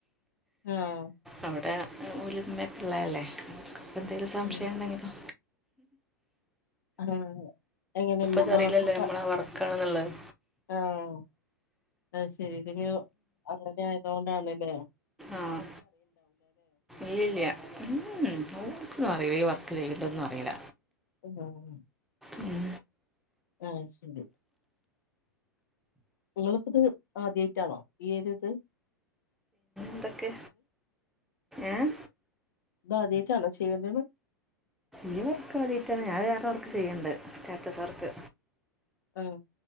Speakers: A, on the left; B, in the centre.
A: ആഹ്
B: അവിടെ ഉലിമക്കള്ളല്ലേ എന്തെിലും സംശയം
A: ആഹ്
B: എന്തെങ്കിലോ
A: ആഹ എങ്ങനെ
B: ഇതറിയില്ലല്ലോ
A: മാക്ക
B: നമ്മളാ വർക്കാണെന്നുള്ളത്
A: ആഹ അ ശരി ഇതിെ അങ്ങനെ ആയത കൊണ്ടാണല്ലേ
B: ആഹ ഇല്ലല്ല ഓർക്ക് അ വർക്ക് ചെയ ണ്ടൊന്നും അറിയില
A: <unintelligible>
B: ഉം
A: ആഹ് ശരി നിങ്ങൾക്കിത് ആദ്യായിട്ടാണോ ഈ ഒരിത്?
B: എന്തൊക്കെ ഏഹ്?
A: ഇതാദ്യട്ടാണോ ചെയ്യേണ്ടത്?
B: ഈ വർക്ക് ആദ്യായിട്ടാണ് ഞാൻ വേറെ വർക്ക് ചെയ്യണ്ട് സ്റ്റാറ്റസ് വർക്ക്.
A: ഉം